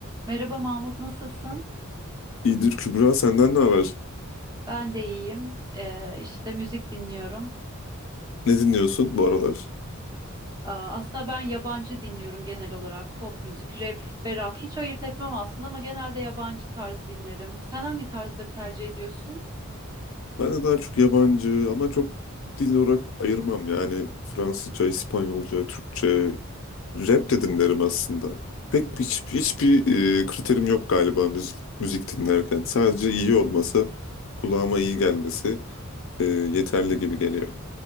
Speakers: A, on the right; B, on the left.
A: Merhaba Mahmut, nasılsın?
B: İyidir Kübra, senden ne haber?
A: Ben de iyiyim. Ee, işte müzik dinliyorum.
B: Ne dinliyorsun bu aralar?
A: Aa, aslında ben yabancı dinliyorum genel olarak. Pop müzik, rap ve rock. Hiç ayırt etmem aslında ama genelde yabancı tarz dinlerim. Sen hangi tarzları tercih ediyorsun?
B: Ben de daha çok yabancı ama çok dil olarak ayırmam. Yani Fransızca, İspanyolca, Türkçe, rap de dinlerim aslında. Pek hiç, hiçbir e, kriterim yok galiba müzik, müzik dinlerken. Sadece iyi olması, kulağıma iyi gelmesi e, yeterli gibi geliyor.